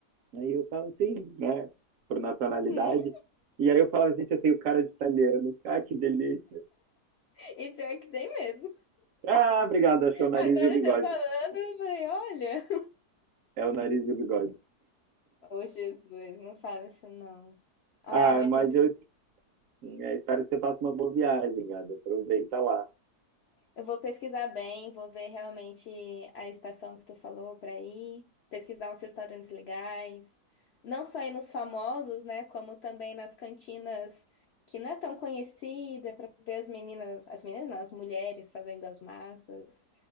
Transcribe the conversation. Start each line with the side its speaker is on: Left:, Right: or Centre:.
Right: Aí eu falava: Sim, né? Por nacionalidade.
Left: Hum,
Right: E aí eu falava: Gente, eu tenho cara de italiano. Ah, que delícia.
Left: e pior que tem mesmo.
Right: Ah, obrigado. Acho que é o nariz
Left: Agora
Right: e o bigode.
Left: você falando, eu falei, olha.
Right: É o nariz e o bigode.
Left: Ô, Jesus, não fala isso não. Ah,
Right: Ah,
Left: mas
Right: mas
Left: muito.
Right: eu é, espero que você faça uma boa viagem, gado. Aproveita lá.
Left: Eu vou pesquisar bem, vou ver realmente a estação que tu falou para ir, pesquisar uns restaurantes legais, não só ir nos famosos, né, como também nas cantinas que não é tão conhecida, para ver as meninas, as meninas não, as mulheres fazendo as massas.